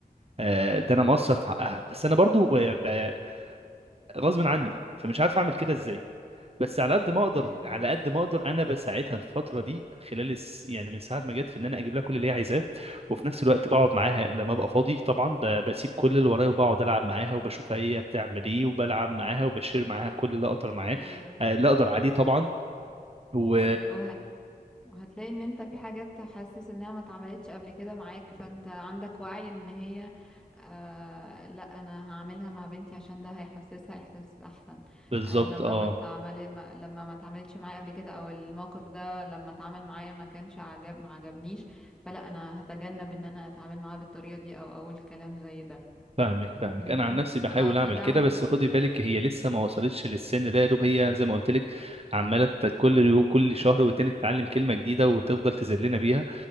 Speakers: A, on the right; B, in the centre.
A: آه، ده انا مقصر في حقها بس انا برضو آه، ب- غصب عني فمش عارف اعمل كده ازاي بس على قد ما اقدر
B: ايوه
A: على قد ما اقدر انا بساعدها الفتره دي خلال الس... يعني من ساعه ما جت في ان انا اجيب لها كل اللي هي عايزاه وفي نفس الوقت بقعد معاها لما ابقى فاضي طبعا ب- بسيب كل اللي ورايا وبقعد العب معاها وبشوفها هي بتعمل ايه وبلعب معاها وبشير معاها كل اللي اقدر معاه
B: ايوه
A: آه، اللي اقدر عليه طبعا و
B: ايوه وهت... وهتلاقي ان انت في حاجات حاسس انها ما اتعملتش قبل كده معاك فانت عندك وعي ان هي آه... لا انا هعملها مع بنتي عشان ده هيحسسها احساس احسن
A: بالظبط
B: آه... لما
A: اه
B: ما اتعمل ما... لما ما اتعملتش معايا قبل كده او الموقف ده لما اتعمل معايا ما كانش عجب ما عجبنيش فلا انا هتجنب ان انا اتعامل معاه بالطريقة دي او اقول كلام زي ده
A: فاهمك فاهمك
B: فاهمني
A: انا عن نفسي بحاول
B: ف... فدعم
A: اعمل كده بس
B: ال...
A: خدي
B: اه
A: بالك هي لسه ما وصلتش للسن ده يا دوب هي زي ما قلت لك عماله ت- كل يو- كل شهر والتاني تتعلم كلمه جديده وتفضل تذلنا بيها